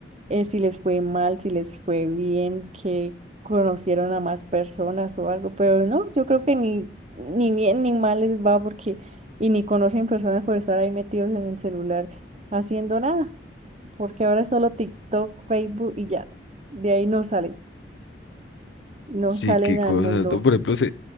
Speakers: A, on the right; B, on the left.
A: eh, si les fue mal, si les fue bien, que conocieron a más personas o algo, pero no, yo creo que ni, ni bien ni mal les va porque y ni conocen personas por estar ahí metidos en el celular haciendo nada, porque ahora es solo TikTok, Facebook y ya, de ahí no salen no
B: sí,
A: salen
B: qué
A: al
B: cosa.
A: mundo.
B: ¿no? Por ejemplo, se,